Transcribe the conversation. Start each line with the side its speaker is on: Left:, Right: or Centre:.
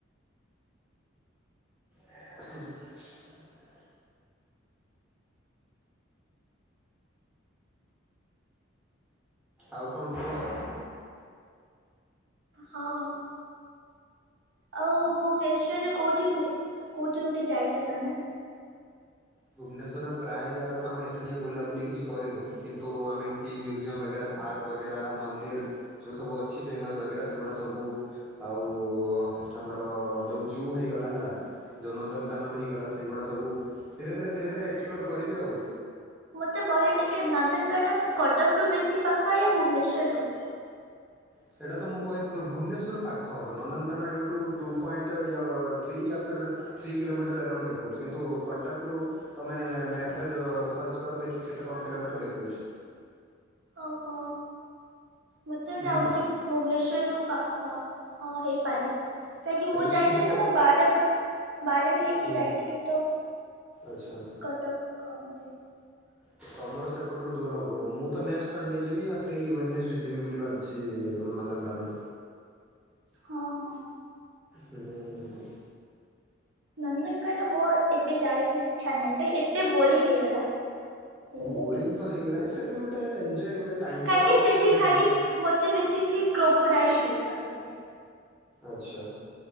Centre: ହୁଁ। ଆଉ କଣ କୁହ?
Right: ହଁ। ଆଉ ଭୁବନେଶ୍ଵରରେ କୋଉଠି ଗୋ କୋଉଠି ଗୋଟେ ଯାଇଛ ତମେ?
Centre: ଭୁବନେଶ୍ୱରର ପ୍ରାୟ ଜାଗା ତ ଆମେ ଏତେ ଯାଇଁ ବୁଲାବୁଲି କିଛି କରିନୁ କିନ୍ତୁ ଆମେ ଏମିତି ମ୍ୟୁଜିୟମ୍ ବଗେରା ପାର୍କ ବଗେରା ମନ୍ଦିର ଯେଉଁ ସବୁ ଅଛି ଫେମସ୍ ବଗେରା ସେଗୁଡ଼ା ସବୁ ଆଉ ଆମର ଯେଉଁ ଜୁ ହେଇଗଲା ହେଲା ଯେଉଁ ନନ୍ଦନକାନନ ହେଇଗଲା ସେଇଗୁଡ଼ା ସବୁ ଧୀରେ ଧୀରେ ଧୀରେ ଧୀରେ ଏକ୍ସପ୍ଲୋର କରିବି ଆଉ।
Right: ମତେ କହିଲେ ଟିକେ ନନ୍ଦନକାନ କଟକ ରୁ ବେଶୀ ପାଖ ୟା ଭୁବନେଶ୍ୱର ରୁ।
Centre: ସେଇଟା ତ ମୁଁ କହି ଭୁବନେଶ୍ୱର ରୁ ପାଖ ହବ ନନ୍ଦନକାନନ ଯେଉଁଠୁ ଟୁ ପଏଣ୍ଟ ଥ୍ରୀ ୟା ଫିର ଥ୍ରୀ କିଲୋମିଟର ଆରାଉଣ୍ଡ ଦେଖଉଛି କିନ୍ତୁ କଟକରୁ ତମେ ମ୍ୟାପରେ ଯୋ ସର୍ଚ୍ଚ କର ଦେଖ କେତେ କଣ କିଲୋମିଟର ଦେଖଉଛି?
Right: ଓହୋ ମତେ ବି
Centre: ହୁଁ
Right: ଲାଗୁଛି ଭୁବନେଶ୍ଵର ରୁ ପାଖ ହଁ ହଁ ହେଇପାରେ କାହିଁକି
Centre: ହେଇଥିବ
Right: ମୁଁ ଯାଇଥିଲି ତ ମୁଁ ବାରଙ୍ଗ ବାରଙ୍ଗ ହେଇକି
Centre: ହୁଁ
Right: ଯାଇଥିଲି ତ
Centre: ଆଚ୍ଛା।
Right: କଟକ <unintelligible>
Centre: ତମର ସେପଟରୁ ଦୂର ହବ ମୁଁ ତ ନେକଷ୍ଟ ସଣ୍ଡେ ଯିବି ୟା ଫିର୍ ୱେନେଷ୍ଟ ଡେ ରେ ଯିବି ବୋଲି ଭାବି ଯୁ ନନ୍ଦନକାନନ।
Right: ହଁ ହଁ।
Centre: ହୁଁ।
Right: ନନ୍ଦନ କାନନ ମୋ ଏବେ ଯାଇକୁ ଇଛା ନାହିଁ କାଇହି ଏତେ ବୋରିଂ ହେଇଗଲା। ସେଇ
Centre: ବୋରିଙ୍ଗ
Right: ଗୋଟେ
Centre: ତ ହେଇଗଲାଣି ଫେର୍ ବି ଗୋଟେ ଏଞ୍ଜୟ୍ ଗୋଟେ ଟାଇ
Right: କାହିଁକି
Centre: ପାସ୍ କରିବା
Right: ସେଠି
Centre: ପାଇଁ ଟିକେ
Right: ଖାଲି
Centre: ବୁଲ
Right: ମତେ ବେଶିକାଲି କ୍ରୋକୋ ଡାଏଲ୍ ଦେଖା ଗଲେ
Centre: ଆଚ୍ଛା।